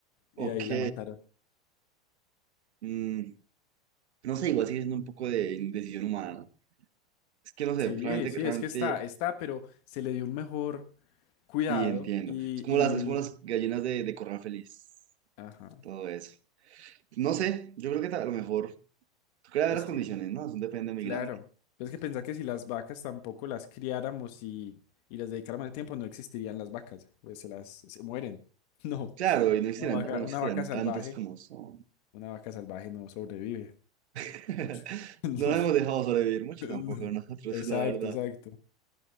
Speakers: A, on the right; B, on the left.
A: Ok.
B: Y ahí la mataron.
A: mm, no sé, igual sigue siendo un poco de indecisión humana, ¿no? Es que no sé,
B: Sí,
A: realmente,
B: sí,
A: realmente,
B: es que está, está, pero se le dio un mejor cuidado
A: sí entiendo.
B: y,
A: Es como
B: y
A: las,
B: vivió
A: es como las
B: mejor.
A: gallinas de, de corral feliz,
B: Ajá.
A: todo eso. No sé, yo creo que ta- a lo mejor, creo
B: Es
A: que las condiciones,
B: que
A: ¿no? Es un depende muy
B: Claro,
A: grande.
B: pero es que pensá que si las vacas tampoco las criáramos y, y les dedicáramos el tiempo, no existirían las vacas, pues se las se mueren. <laughs> No,
A: Claro, y no existirán,
B: una vaca,
A: o no existirán
B: una vaca salvaje,
A: tantas como son.
B: una vaca salvaje no sobrevive
A: <laughs>
B: mucho. <laughs> No,
A: No nos hemos dejado sobrevivir mucho
B: pues
A: tampoco
B: no.
A: nosotros,
B: Exacto,
A: la verdad.
B: exacto.